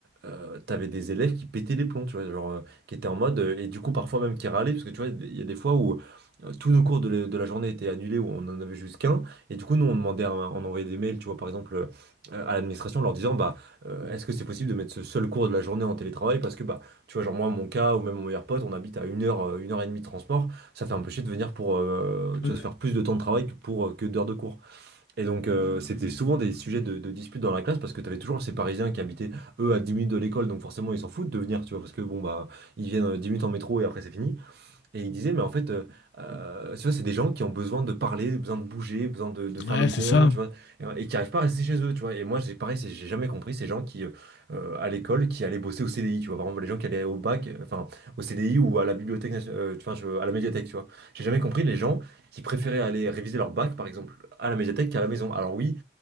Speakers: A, on the right; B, on the left.
A: euh, t'avais des élèves qui pétaient les plombs, tu vois, genre, euh, qui étaient en mode, euh, et du coup parfois même qui râlaient, parce que tu vois, il y a des fois où euh, tous nos cours de la, de la journée étaient annulés, où on en avait juste qu'un, et du coup nous on demandait, à, on envoyait des mails, tu vois, par exemple, euh, à l'administration, en leur disant, bah, euh, est-ce que c'est possible de mettre ce seul cours de la journée en télétravail, parce que, bah, tu vois, genre moi, mon cas, ou même mon meilleur pote, on habite à une heure, euh, une heure et demie de transport, ça fait un peu chier de venir pour, euh, tu
B: Ouais,
A: vois, de faire plus de temps de travail que pour, euh, que d'heures de cours. Et donc, euh, c'était souvent des sujets de, de dispute dans la classe parce que tu avais toujours ces Parisiens qui habitaient, eux, à 10 minutes de l'école, donc forcément, ils s'en foutent de venir, tu vois, parce que bon, bah, ils viennent euh, 10 minutes en métro et après, c'est fini. Et il disait, mais en fait, euh, euh, tu vois, c'est des gens qui ont besoin de parler, besoin de bouger, besoin de, de faire
B: ouais,
A: le con,
B: c'est ça.
A: tu vois, et, et qui n'arrivent pas à rester chez eux, tu vois. Et moi, j'ai pareil, c'est- j'ai jamais compris ces gens qui, euh, euh, à l'école, qui allaient bosser au CDI, tu vois. Par exemple, les gens qui allaient au bac, euh, enfin, au CDI ou à la bibliothèque, nation- euh, tu vois, je- à la médiathèque, tu vois. J'ai jamais compris les gens qui préféraient aller réviser leur bac, par exemple, à la médiathèque qu'à la maison. Alors oui,